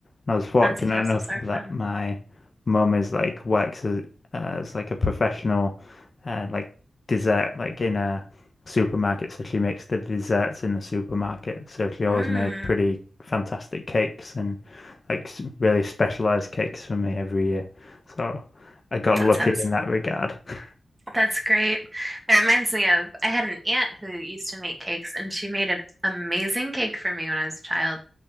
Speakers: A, on the left; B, on the right.
A: And I was fortunate
B: bouncy castles
A: enough
B: are
A: that
B: fun.
A: my mum is like works as, uh, as like a professional uh, like dessert like in a supermarket. So she makes the desserts in the supermarket. So she
B: Mm,
A: always made pretty fantastic cakes and like really specialized cakes for me every year. So I got
B: that
A: lucky
B: sounds
A: in that regard. <laughs>
B: That's great. That reminds me of I had an aunt who used to make cakes, and she made an amazing cake for me when I was a child.